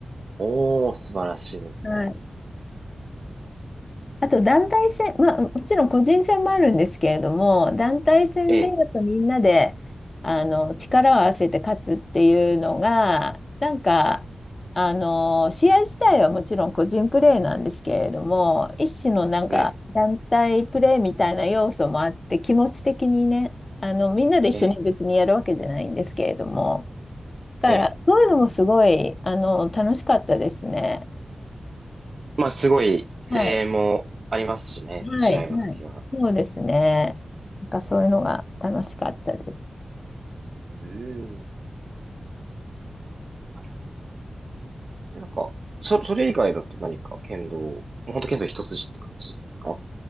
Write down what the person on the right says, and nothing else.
おー、素晴らしいですね。
ええ、
ええ、
ええ、
ええ。まあ、すごい声援もありますしね、
試合の時は。
うん。なるほど。なんか、そ、それ以外だと何か剣道、もう本当剣道一筋って感じですか